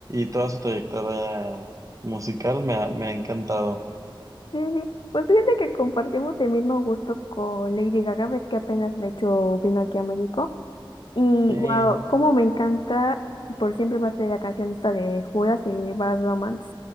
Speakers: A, on the right; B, on the left.
A: toda su trayectoria musical me ha, me ha encantado.
B: Sí, sí. Pues fíjate que compartimos el mismo gusto con Lady Gaga, ves que apenas de hecho vino aquí a México. Y
A: Sí.
B: wow, cómo me encanta, por siempre va a ser la canción esta de Judas y Bad Romance.